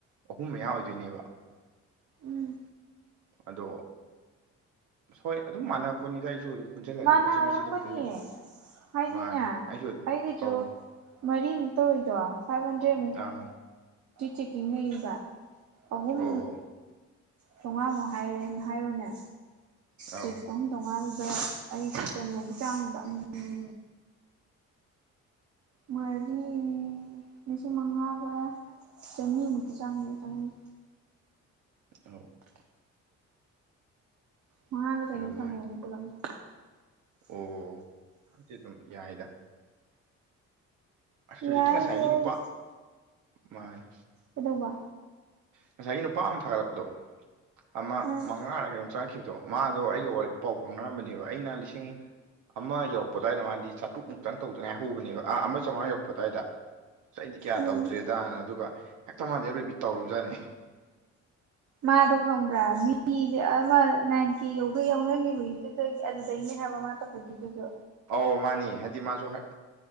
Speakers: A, on the right; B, on the right.
A: ꯑꯍꯨꯝ ꯃꯌꯥ ꯑꯣꯏꯗꯣꯏꯅꯦꯕ
B: ꯎꯝ
A: ꯑꯗꯣ ꯍꯣꯏ ꯑꯗꯨꯝ ꯃꯥꯟꯅ ꯄꯣꯠꯅꯤꯗ ꯑꯩꯁꯨ ꯑꯗꯨꯝ ꯄꯨꯟꯁꯤꯜꯂꯗꯤ
B: ꯃꯥꯟꯅꯔꯝꯒꯅꯤꯌꯦ
A: ꯃꯆꯦꯠ ꯃꯆꯦꯠꯇꯣ ꯄꯨꯟꯁꯤꯜ
B: ꯍꯥꯏꯗꯤꯅꯦ
A: ꯃꯥꯅꯤ ꯑꯩꯁꯨ
B: ꯑꯩꯒꯤꯖꯨ
A: ꯑꯧ
B: ꯃꯔꯤꯃꯨꯛ ꯇꯧꯋꯤꯗꯣ ꯐꯥꯏꯚ ꯍꯟꯗ꯭ꯔꯦꯗꯃꯨꯛ
A: ꯑꯥ
B: ꯆꯦꯛꯀꯤꯡ ꯂꯩꯌꯦꯕ ꯑꯍꯨꯝ
A: ꯑꯣ
B: ꯆꯧꯉꯥꯃꯨꯛ ꯍꯥꯏꯔꯦꯟ ꯍꯥꯏꯔꯣꯅꯦ
A: ꯑꯧ
B: ꯆꯦꯛ ꯑꯍꯨꯝ ꯆꯧꯉꯥꯗꯨꯗ ꯑꯩ ꯀꯩꯅꯣꯒꯤ ꯆꯥꯡꯗ ꯎꯝ ꯎꯝ ꯃꯔꯤ ꯂꯤꯁꯤꯡ ꯃꯉꯥꯒ ꯆꯅꯤꯃꯨꯛꯀꯤ ꯆꯥꯡꯅꯦ ꯆꯪꯉꯛꯏ
A: ꯑꯥꯎ
B: ꯃꯉꯥꯒ ꯆꯅꯤ
A: ꯑꯗꯨꯃꯥꯏ
B: ꯐꯪꯉꯦꯅꯦ ꯄꯨꯜꯂꯞꯅ
A: ꯑꯣ ꯍꯧꯖꯤ ꯑꯗꯨꯝ ꯌꯥꯏꯗ ꯑꯁ ꯍꯧꯖꯤꯛꯀꯤ
B: ꯌꯥꯏ
A: ꯉꯁꯥꯏꯒꯤ
B: ꯑꯗꯣ
A: ꯅꯨꯄꯥ
B: ꯑꯩ
A: ꯃꯥꯅꯦ
B: ꯀꯩꯗꯧꯕ
A: ꯉꯁꯥꯏꯒꯤ ꯅꯨꯄꯥ ꯑꯝ ꯊꯥꯒꯠꯂꯛꯄꯗꯣ ꯑꯃ
B: ꯎꯝ
A: ꯃꯉꯥꯔ ꯀꯩꯅꯣꯝ ꯆꯪꯉꯛꯈꯤꯕꯗꯣ ꯃꯥꯗꯣ ꯑꯩꯒ ꯋꯥꯔꯤ ꯄꯥꯎ ꯐꯥꯎꯅꯔꯝꯕꯅꯦꯕ ꯑꯩꯅ ꯂꯤꯁꯤꯡ ꯑꯃ ꯌꯧꯔꯛꯄ ꯑꯗꯨꯋꯥꯏꯗ ꯃꯥꯗꯤ ꯆꯥꯇ꯭ꯔꯨꯛ ꯃꯨꯛꯇꯪ ꯇꯧꯗ ꯉꯥꯏꯍꯧꯕꯅꯦꯕ ꯑꯥ ꯆꯧꯉꯥ ꯌꯧ ꯄꯗꯥꯏꯗ ꯆꯩꯗꯤ ꯀꯌꯥ
B: ꯎꯝ
A: ꯇꯧꯗ꯭ꯔꯦꯗꯅ ꯑꯗꯨꯒ ꯍꯦꯛꯇ ꯃꯥꯗꯤ ꯑꯔꯣꯏꯕꯤ ꯇꯧꯔꯕꯖꯥꯠꯅꯦ
B: ꯃꯥꯗꯣ ꯈꯪꯕ꯭ꯔꯥ ꯃꯤꯖꯦ ꯑꯃ ꯅꯥꯏꯟ ꯀꯦ ꯌꯧꯒ ꯌꯧꯅꯒꯤꯕꯩꯗꯨꯗꯒꯤ ꯑꯗꯨꯗꯩꯅꯦ ꯍꯥꯏꯕ ꯃꯥ ꯇꯧꯈꯠꯈꯤꯗꯣꯏꯗꯣ
A: ꯑꯧ ꯃꯥꯅꯦ ꯍꯥꯏꯗꯤ ꯃꯥꯖꯨ ꯍꯦꯛ